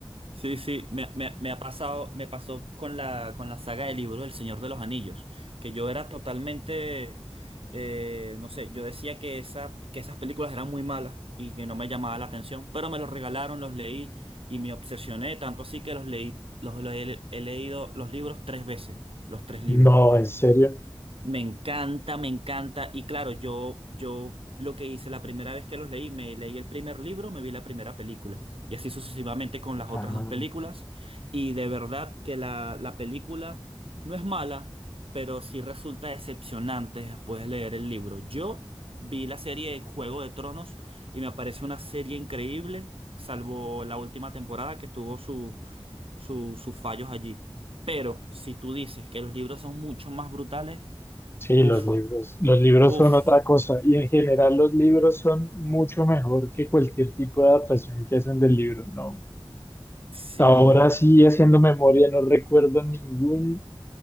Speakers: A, on the right; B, on the left.
A: sí, sí, me, me- me ha pasado, me pasó con la, con la saga de libros El Señor de los Anillos, que yo era totalmente, eh, no sé, yo decía que, esa, que esas películas eran muy malas y que no me llamaba la atención, pero me los regalaron, los leí y me obsesioné, tanto así que los leí, los, los he he leído los libros tres veces, los tres libros.
B: No, en serio.
A: Me encanta, me encanta. Y claro, yo, yo lo que hice la primera vez que los leí, me leí el primer libro, me vi la primera película. Y así sucesivamente con las
B: Ah.
A: otras dos películas. Y de verdad que la, la película no es mala, pero sí resulta decepcionante después de leer el libro. Yo vi la serie de Juego de Tronos y me parece una serie increíble, salvo la última temporada que tuvo su, su- sus fallos allí. Pero si tú dices que los libros son mucho más brutales,
B: Sí,
A: Uf,
B: los libros, los libros
A: uf.
B: son otra cosa y en general los libros son mucho mejor que cualquier tipo de adaptación que hacen del libro, ¿no?
A: Sí,
B: Ahora sí, haciendo memoria, no recuerdo ningún,